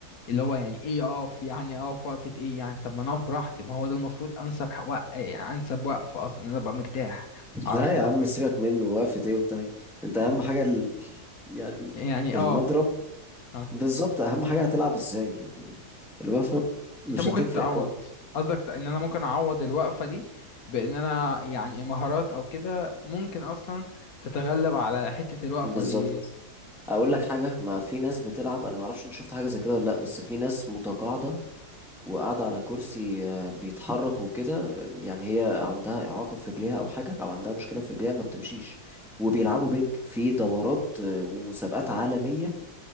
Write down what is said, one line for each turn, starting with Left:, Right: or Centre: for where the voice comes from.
Left: اللي هو يعني ايه اقف يعني اقف وقفة ايه يعني طب ما انا اقف براحتي ما هو ده المفروض انسب حق وق... يعني انسب وقف اصلا إن انا ابقى مرتاح اعرف
Centre: لا يا
Left: اروح
Centre: عم
Left: وأجي.
Centre: سيبك منه وقفة ايه وبتاع إيه؟ انت اهم
Left: <laughs>
Centre: حاجة ال... يعني
Left: يعني
Centre: المضرب
Left: اه اه
Centre: بالظبط اهم حاجة هتلعب ازاي يعني الوقفة مش
Left: انت ممكن
Centre: هتفرق
Left: تعوض
Centre: قوي
Left: قصدك ت- ان انا ممكن اعوض الوقفة دي بان انا يعني مهارات او كده ممكن اصلا تتغلب على حتة الوقفة
Centre: بالظبط
Left: دي إيه؟
Centre: اقول
Left: امم
Centre: لك حاجة ما في ناس بتلعب انا ما اعرفش انت شفت حاجة زي كده ولا لا بس في ناس متقاعدة وقاعدة على كرسي آه، بيتحرك وكده آه، يعني هي عندها إعاقة في رجليها أو حاجة أو عندها مشكلة في رجليها ما بتمشيش وبيلعبوا بينج في دورات آه، ومسابقات عالمية